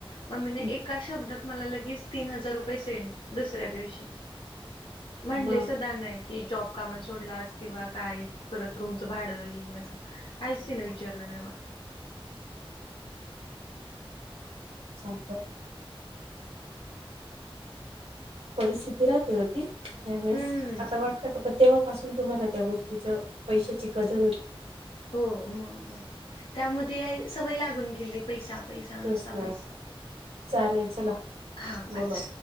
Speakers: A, on the left (about 65°); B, on the right (about 80°).
A: मम्मीने
B: हं.
A: एका शब्दात मला लगेच तीन हजार रुपये सेंड, दुसऱ्या दिवशी. म्हणले
B: मग
A: सुधा नाही की जॉब कामन सोडलास किंवा काय. परत रूमचं भाडं हे असं काहीच तिनं विचारलं नाही मला.
B: चांगलय. परिस्थिती राहते हो ती त्यावेळेस
A: हम्म
B: आता वाट त का तेव्हापासून तुम्हाला त्या गोष्टीच पैशाची कदर हो
A: हो मग त्यामु ते सवय लागून गेली पैसा पैसा
B: तेच
A: नुसता
B: ना
A: पैसा
B: चालेल चला
A: हा
B: बोला
A: ब.